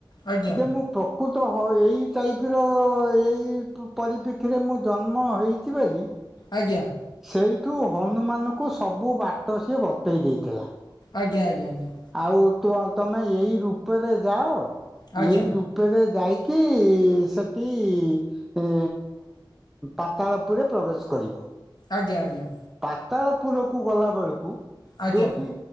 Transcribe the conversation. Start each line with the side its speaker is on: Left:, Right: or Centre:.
Left: ଆଜ୍ଞା
Centre: ଯେ ମୁଁ ପ୍ରକୃତ ହ ଏଇ ଟାଇପ ର ଏଇ ପରିପ୍ରେକ୍ଷୀରେ ମୁଁ ଜନ୍ମ ହୋଇଛି ବୋଲି।
Left: ଆଜ୍ଞା।
Centre: ସେଇଠୁ ହନୁମାନଙ୍କୁ ସବୁ ବାଟ ସିଏ ବତେଇ ଦେଇଥିଲା।
Left: ଆଜ୍ଞା ଆଜ୍ଞା ଆଜ୍ଞା।
Centre: ଆଉ ତୁ ତମେ ଏଇ ରୂପରେ ଯାଅ
Left: ଆଜ୍ଞା
Centre: ଏଇ ରୂପ ରୂପ ରେ ଯାଇକି ସେଠି ଏ ପାତାଳ ପୁରରେ ପ୍ରବେଶ କରିବ।
Left: ଆଜ୍ଞା ଆଜ୍ଞା।
Centre: ପାତାଳପୁର କୁ ଗଲା ବେଳକୁ
Left: ଆଜ୍ଞା
Centre: ଯୋଉଠି